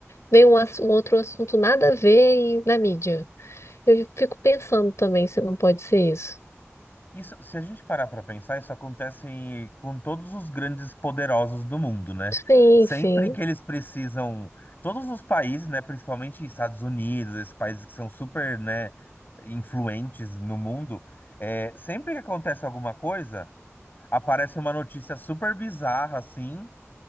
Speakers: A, on the left (about 70°); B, on the left (about 40°).
A: vem um, ass- um outro assunto nada a ver e na mídia. Eu fico pensando também se não pode ser isso.
B: Isso, se a gente parar pra pensar, isso acontece com todos os grandes poderosos do mundo, né?
A: Sim,
B: Sempre
A: sim,
B: que eles precisam, todos os países, né, principalmente Estados Unidos, esses países que são super, né, influentes no mundo, é, sempre que acontece alguma coisa, aparece uma notícia super bizarra assim,